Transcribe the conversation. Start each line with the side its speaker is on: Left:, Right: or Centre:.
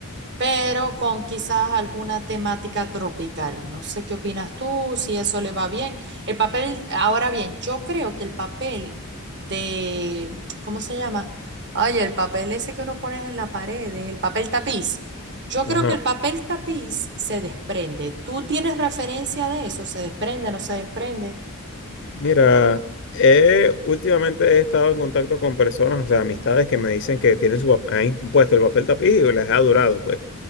Right: pero con quizás alguna temática tropical. No sé qué opinas tú, si eso le va bien. El papel, ahora bien, yo creo que el papel de, ¿cómo se llama? Ay, el papel ese que uno pones en la pared, el papel tapiz. Yo creo
Left: Ajá.
Right: que el papel tapiz se desprende. ¿Tú tienes referencia de eso? ¿Se desprende, no se desprende?
Left: Mira, he- últimamente he estado en contacto con personas, o sea, amistades que me dicen que tienen su, pap- ahí puesto el papel tapiz y les ha durado, pues.